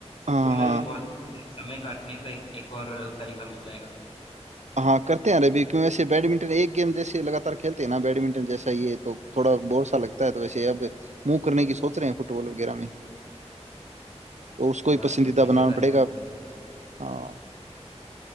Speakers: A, on the right; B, on the left.
A: हाँ
B: तुम्हें
A: हाँ
B: भी बहुत समय काटने का एक, एक और तरीका मिल जाएगा
A: हाँ करते हैं यार अभी क्यों वैसे बैडमिंटन एक गेम जैसे लगातार खेलते हैं ना बैडमिंटन जैसा ये तो थोड़ा बोर सा लगता है तो वैसे अब मूव करने की सोच रहे हैं फुटबॉल वगैरह में तो उसको
B: हाँ
A: ही पसंदीदा
B: यार ऐसे
A: बनाना
B: कर लो
A: पड़ेगा हाँ